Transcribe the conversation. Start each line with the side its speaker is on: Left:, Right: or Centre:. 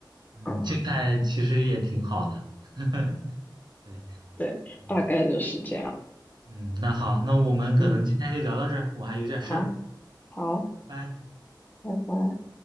Right: 嗯，
Left: 啊。
Right: 静态其实也挺好的。<laughs> 对，
Left: 对，
Right: 嗯
Left: 大概就是这样。
Right: 嗯，那好，那我们可能今天就聊到这儿我还有点事儿，
Left: 嗯，好，好，
Right: 拜拜。
Left: 拜拜。